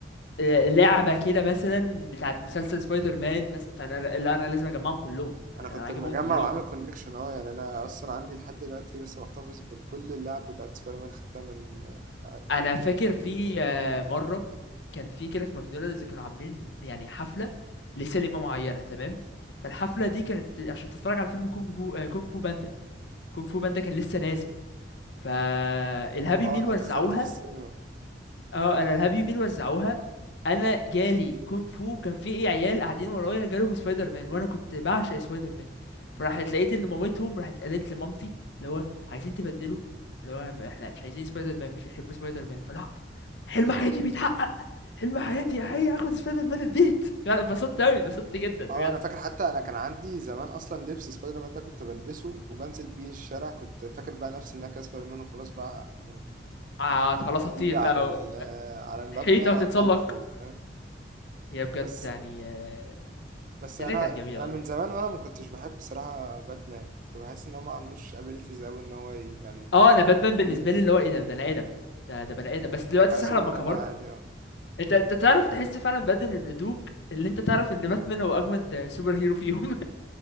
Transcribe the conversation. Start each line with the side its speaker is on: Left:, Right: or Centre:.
Left: آه، لعبه كده مثلا بتاعت مسلسل سبايدر مان مثلا فانا لا انا لازم اجمعهم كلهم
Right: انا
Left: انا
Right: كنت
Left: عاجبهم
Right: مجمع
Left: كلهم
Right: وعامل كونكشن اه يعني انا اصلا عندي لحد دلوقتي لسه محتفظ بكل اللعب بتاعت سبايدر مان خدتها من آه،
Left: انا
Right: هابي
Left: فاكر
Right: ميل.
Left: في آه، مره كان في كده في ماكدونالدز كانوا عاملين يعني حفله لسينما معينه تمام فالحفله دي كانت عشان تتفرج على فيلم كونج بو آه، كونج فو باندا كونج فو باندا كان لسه نازل فالهابي
Right: اه
Left: ميل
Right: انا
Left: وزعوها
Right: دخلته في السينما
Left: اه انا الهاب يومين وزعوها انا جالي كونغ فو كان في ايه عيال قاعدين ورايا جالهم سبايدر مان وانا كنت بعشق سبايدر مان فراحت لقيت ان مامتهم راحت قالت لمامتي اللي هو عايزين تبدلوا اللي هو م- احنا مش عايزين سبايدر مان مش بيحبوا سبايدر مان فلا حلم حياتي بيتحقق حلم حياتي هي اخد سبايدر مان البيت يعني اتبسطت قوي اتبسطت جدا بجد
Right: اه انا فاكر حتى انا كان عندي زمان اصلا لبس سبايدر مان ده كنت بلبسه وبنزل بيه الشارع كنت فاكر بقى نفسي ان انا كده سبايدر مان وخلاص بقى يعني
Left: آه
Right: هحط
Left: خلاص
Right: ايدي
Left: هتطير
Right: على
Left: بقى
Right: ال-
Left: و-
Right: آه، على المبنى
Left: حيطه
Right: اطلع
Left: وتتسلق
Right: لفوق فاهم
Left: يا بجد
Right: بس
Left: يعني آه،
Right: بس
Left: الدنيا
Right: انا
Left: كانت جميله
Right: انا
Left: والله
Right: من زمان وانا ما كنتش بحب بصراحه باتمان كنت بحس ان هو ما عندوش ابيليتيز قوي ان هو ي- يعني
Left: اه انا باتمان بالنسبه
Right: هيرو
Left: لي
Right: كده
Left: اللي هو ايه ده بني ادم ده ده بني ادم بس دلوقتي
Right: بحس
Left: صح
Right: ان
Left: لما
Right: هو بني
Left: كبرت
Right: ادم عادي اه
Left: انت انت تعرف تحس فعلا بدل النضوج اللي انت تعرف ان باتمان هو اجمد سوبر هيرو فيهم